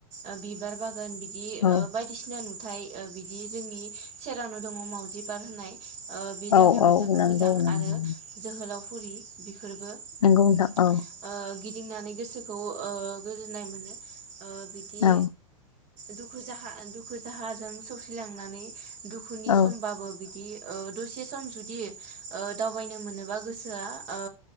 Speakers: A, on the right (about 40°); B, on the left (about 85°).
A: ओ बिबार बा गान बिदि
B: औ
A: ओ बायदिसिना नु थाइ बिदि जोंनि सेरावनो दङ' मावजि पार्क होनाय ओ बे जायगायाबो
B: औ औ
A: जोबोर
B: नंगौ
A: मोजां
B: नंगौ
A: आरो जोहोलावफुरि बे फोरबो ओ
B: नंगौ नोंथां औ
A: गिदिंनानै गोसोखौ ओ गोजोननाय मोनो। ओ बिदि
B: औ
A: दुखु जाहा दुखु दाहाजों सौसिलांनानै दुखुनि
B: औ
A: समबाबो बि दि ओ दसे सम जुदि ओ दावबायनो मोनो बा गोसोआ ओ